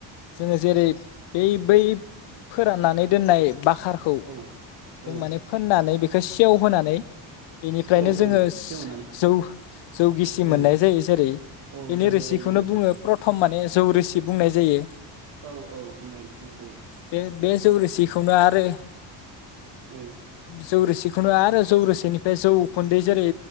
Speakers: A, on the left (about 70°); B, on the right (about 50°).
A: जोङो जेरै बै बै फोराननानै दोननाय बाकारखौ
B: औ
A: जों
B: औ
A: माने फोननानै बे खो सेवहोनानै बेनिफ्रायनो
B: औ
A: जोङो
B: औ सेवनानै
A: जौ जौ गिसि
B: औ
A: मोननाय जायो जेरै
B: औ
A: बेनि
B: जायो
A: रोसिखौनो
B: जायो ओं
A: बुङो प्रथ खम माने जौ रोसि बुंनाय जायो।
B: औ औ जुमाय रोसि औ
A: बे बे जौ
B: औ
A: रोसिखौनो आरो
B: औ
A: जौरोसि बेखौनो आरो जौ रोसेनि बे जौखुन्दै जेरै